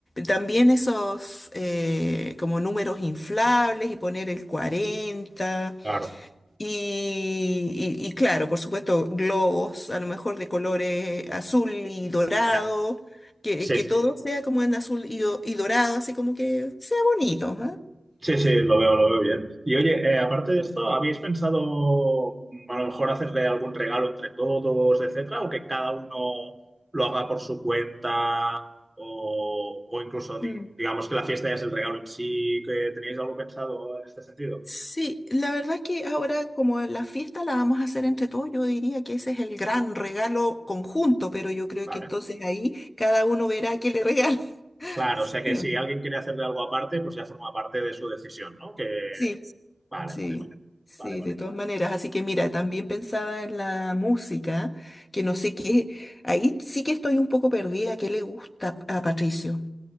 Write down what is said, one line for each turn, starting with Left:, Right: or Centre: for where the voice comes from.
Left: También esos eh, como números inflables y poner el 40
Centre: Claro,
Left: y, y- y claro, por supuesto, globos, a lo mejor de colores azul y dorado,
Centre: ya,
Left: que,
Centre: sí,
Left: que
Centre: sí.
Left: todo sea como en azul y, do- y dorado, así como que sea bonito, ¿ah?
Centre: Sí, sí, lo veo, lo veo bien. Y oye, eh, aparte de esto, ¿habéis pensado mm, a lo mejor hacerle algún regalo entre todos, etcétera, o que cada uno lo haga por su cuenta, o, o incluso di-
Left: Mm.
Centre: digamos que la fiesta ya es el regalo en sí, que tenéis algo pensado en este sentido?
Left: Sí, la verdad es que ahora como la fiesta la vamos a hacer entre todos, yo diría que ese es el gran regalo conjunto, pero yo creo
Centre: Vale.
Left: que entonces ahí cada uno verá qué le regala. <laughs>
Centre: Claro, o sea que
Left: ¿Sí
Centre: si
Left: o no?
Centre: alguien quiere hacerle algo aparte, pues ya forma parte de su decisión, ¿no? Que...
Left: Sí.
Centre: Vale,
Left: Sí,
Centre: vale, vale.
Left: sí,
Centre: Vale, vale.
Left: de todas maneras. Así que mira, también pensaba en la música, que no sé qué, ahí sí que estoy un poco perdida, ¿qué le gusta a Patricio?